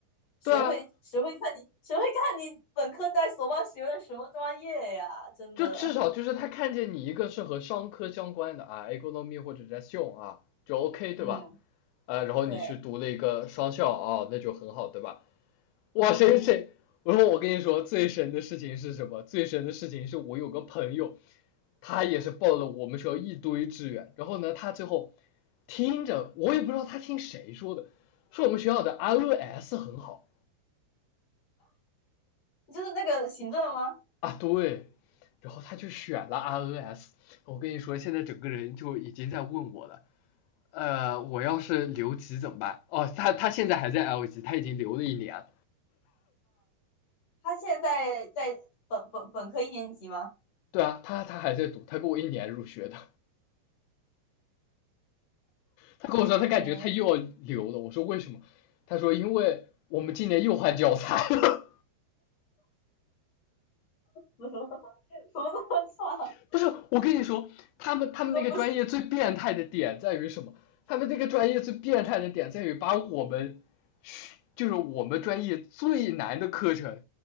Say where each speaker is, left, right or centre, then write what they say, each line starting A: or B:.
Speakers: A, on the left; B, on the left.
A: 谁会谁会看你谁会看你本科在所望学的什么专业呀？
B: 对啊，
A: 真的，
B: 就至少就是他看见你一个是和商科相关的啊，economy 或者 gestion 啊，就 OK 对吧？
A: 嗯，
B: 呃，然后你去读了一个商校啊，
A: 对，
B: 那就很好对吧？哇谁谁？
A: 嗯，
B: 我说我跟你说，最神的事情是什么？最神的事情是我有个朋友，他也是报了我们学校一堆志愿，然后呢，他最后听着我也不知道他听谁说的，说我们学校的 RNS 很好
A: 就是那个行政吗？
B: 啊，对，然后他就选了 RNS。我跟你说，现在整个人就已经在问我了，呃，我要是留级怎么办？哦，他他现在还在 L 级，他已经留了一年。
A: 他现在在在本本本科一年级吗？
B: 对啊，他他还在读，他跟我一年入学的。他跟我说他感觉他又要留了，
A: 对，
B: 我说为什么？他说因为我们今年又换教材了。
A: 怎么 <laughs> 怎么这么差？
B: <laughs> 不是，我跟你说，他们他们那个专业最变态的点在于什么？
A: 我都不行，
B: 他们这个专业最变态的点在于把我们就是我们专业最难的课程